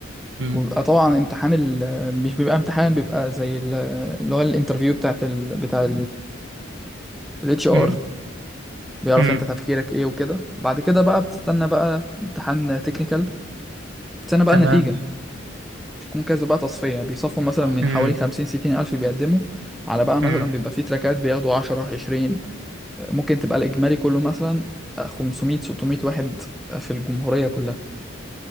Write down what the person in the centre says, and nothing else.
وبيبقى طبعا امتحان ال... مش بيبقى امتحان بيبقى زي ال- اللي هو الانترفيو بتاعت ال... بتاع الاتش ار
بيعرف
انت تفكيرك ايه وكده وبعد كده بقى بتستنى بقى امتحان تكنيكال بتستنى بقى
النتيجة بتكون كذا بقى تصفية بيصفوا مثلا من
حوالي خمسين ستين ألف بيقدموا على بقى مثلا
بيبقى في تراكات بياخدوا عشرة عشرين ممكن تبقى الإجمالي كله مثلا خمسمية ستمية واحد في الجمهورية كلها